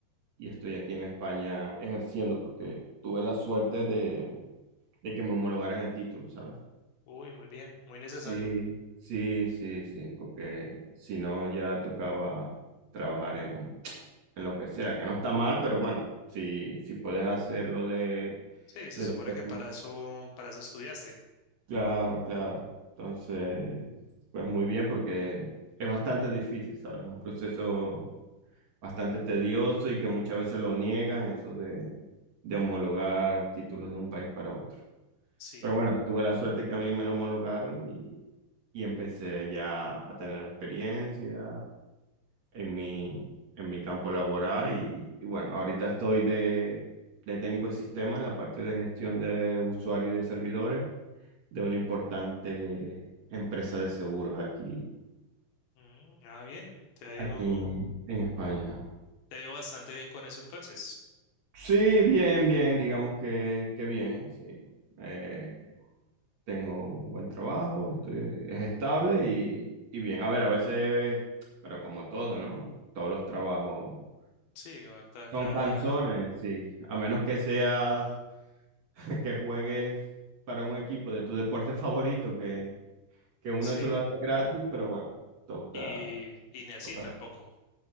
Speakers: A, on the right; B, on the left.
A: y estoy aquí en España ejerciendo porque tuve la suerte de, de que me homologaran el título, ¿sabes?
B: uy, muy bien, muy necesario.
A: Sí, sí, sí, sí, porque si no ya tocaba trabajar en, en lo que sea, que no está mal, pero bueno, si, si puedes hacerlo de,
B: Sí, se
A: de
B: supone
A: lo que
B: que
A: tú
B: para eso, para eso estudiaste.
A: Claro, claro. Entonces, pues muy bien porque es bastante difícil, ¿sabes? Un proceso bastante tedioso y que muchas veces lo niegan, eso de, de homologar títulos de un país para otro.
B: Sí,
A: Pero bueno, tuve la suerte que a mí me lo homologaron y, y empecé ya a tener experiencia en mi, en mi campo laboral. Y, y bueno, ahorita estoy de, de técnico de sistema en la parte de gestión de usuarios y de servidores de una importante empresa de seguros aquí,
B: Mm, ah, bien, te ha ido,
A: aquí en, en España.
B: te ha ido bastante bien con eso entonces.
A: Sí, bien, bien, digamos que, que bien, sí. Eh, tengo un buen trabajo, estoy, es estable y, y bien. A ver, a veces, pero como todo, ¿no? Todos los trabajos
B: Sí, ahorita acá,
A: son canzones, sí. A menos que seas, <laughs> que juegues para un equipo de tu deporte favorito, que, que uno
B: sí,
A: eso lo hace gratis, pero bueno, toca,
B: y, y ni así
A: toca.
B: tampoco.